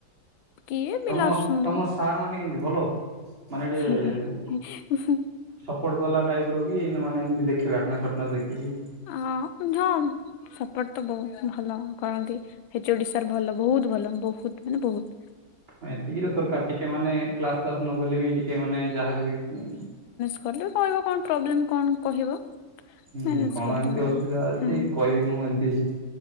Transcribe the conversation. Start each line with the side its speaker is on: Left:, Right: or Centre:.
Left: କିଏ ପିଲା
Right: ତମ
Left: ଆସୁଛନ୍ତି
Right: ତମ ସାର୍ ମାନେ କେମ୍ ତି ଭଲ ମାନେ ଡିକେ
Left: ହେ ହେ ହେ
Right: ସପୋଡ୍‌ କଲା ଟାଇପ୍ ର କି ନା ମାନେ ଏମିତି ଦେଖିବ ଆଟନାସ ଫାଟନାସ ଦେଖିକି
Left: ଆଁ ଉଁ ଝାମ୍। ସପୋର୍ଟ ତ ବହୁତ ଭଲ କରନ୍ତି ହେଚ୍ ଓ ଡି ସାର୍ ଭଲ ବହୁତ୍‌ ଭଲ ବହୁତ୍‌ ମାନେ ବହୁତ୍।
Right: ନାଇ ଏତିକି ତ ଦରକାର ଟିକେ ମାନେ କ୍ଲାସ ଫ୍ଲାସ ନ ଗଲେ ବି ଟିକେ ମାନେ ଯାହେଲେ ବି
Left: ଖୋଲିକ୍ କହିବ କଣ୍ ପ୍ରୋବ୍ଲେମ୍ କଣ? କହିବ
Right: ହୁଁ
Left: ମ୍ୟାନେଜ
Right: କଣ
Left: କରିଦେବେ
Right: ଏମ୍ ତି ଅସୁବିଧା
Left: ତାଙ୍କ
Right: ଅଛି
Left: ହୁଁ
Right: କହିବି ମୁଁ ଏମ୍ ତି ହେଛି।